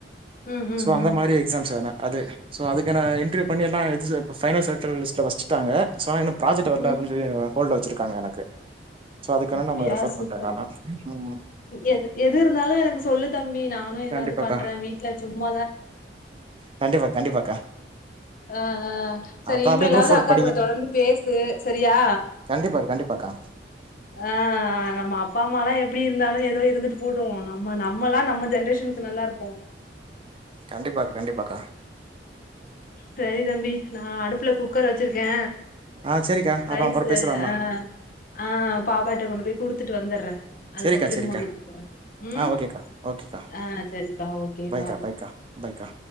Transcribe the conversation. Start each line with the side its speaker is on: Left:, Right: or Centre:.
Left: ம் ம்
Right: சோ அந்த
Left: ம்
Right: மாரி எக்ஸாம்ஸ் வேணா அது ஸோ அதுக்கான இன்ட்ரிவ் பண்ணி எல்லா இது ஸ இப்ப ஃபைனல் செலக்ஷன் லிஸ்ட்ல வச்சுட்டாங்க சோ எனப் ப்ராஜெக்ட் வரல
Left: ம்
Right: அப்டின் சொல்லி என்னய ஹோல்ட்ல வச்சிருக்காங்க எனக்கு சோ அதுக்கு வேணா
Left: அப்டியா
Right: நா ஓங்கள ரெஃபர்
Left: சூப்பர்
Right: பண்றே நானா ம் ம்
Left: எது எதுருந்தாலு எனக்கு சொல்லு தம்பி நானு எதாது
Right: கண்டிப்பாக்கா
Left: பண்றே வீட்ல சும்மா
Right: கண்டிப்பா கண்டிப்பாக்கா
Left: ஆ ஆ சரி
Right: அப்றோ
Left: இனிமேலாது
Right: அப்டியே குரூப் ஃபோர்க்கு
Left: அக்கா கூட தொடர்ந்து பேசு சரியா
Right: கண்டிப்பாக் கண்டிப்பாக்கா
Left: ஆ ஆ நம்ம அப்பா அம்மாலாம் எப்டி இருந்தாலு எதோ இருந்துட்டு போட்டு நம்ம நம்ம எல்லா நம்ம ஜென்ரேஷனுக்கு நல்லா இருப்போ
Right: கண்டிப்பாக் கண்டிப்பாக்கா
Left: சரி தம்பி நா அடுப்புல குக்கர வச்சிருக்கே
Right: ஆ செரிக்கா அப்றோ
Left: ரைஸ்
Right: அப்றோ பேசுறோம்மா
Left: ஆ ஆ பாப்பாட்ட கொண்டு போய் குடுத்துட்டு வந்துடுறே அதுக்கப்புறொ
Right: செரிக்கா
Left: திரும்ப
Right: செரிக்கா
Left: வந்து கூப்புறே ம்
Right: ஆ ஓகேக்கா ஓகேக்கா
Left: ஆ சரிப்பா ஓகே
Right: பாய்க்கா
Left: பாய்
Right: பாய்க்கா பாய்க்கா